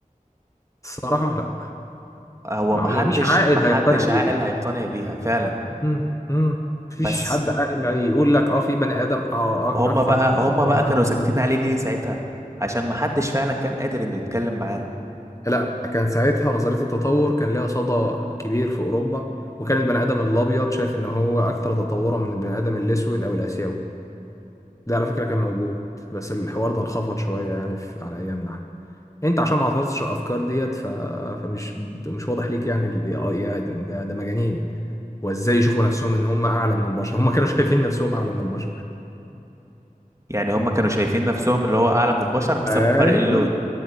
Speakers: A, on the left; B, on the right.
A: الصراحه لا
B: هو
A: ما
B: محدش
A: ما فيش عاقل
B: محدش
A: هيقتنع بيها
B: عاقل هيقتنع بيها فعلا
A: مم، مم. مفيش
B: بس
A: حد عاقل هيقول لك اه في بني ادم اه أك-
B: هما
A: اكثر
B: بقى
A: تطورا
B: هما بقى
A: من
B: كانوا
A: بني
B: ساكتين
A: آدم
B: عليه ليه ساعتها عشان محدش فعلا كان قادر انه يتكلم معاه
A: لا كان ساعتها نظرية التطور كان ليها صدى كبير في أوروبا وكان البني آدم الأبيض شايف إن هو أكتر تطورا من البني آدم الأسود أو الآسيوي ده على فكرة كان موجود بس الحوار ده انخفض شوية يعني في على أيامنا احنا أنت عشان ما عاصرتش الأفكار ديت ف... فمش مش واضح ليك يعني ال- إيه آي يا- ده ده مجانين وإزاي يشوفوا نفسهم إن هم أعلى من البشر هم كانوا <laughs> شايفين نفسهم أعلى من البشر
B: يعني هما كانوا شايفين نفسهم اللي هو اعلى من البشر بسبب
A: أيوه
B: فرق اللون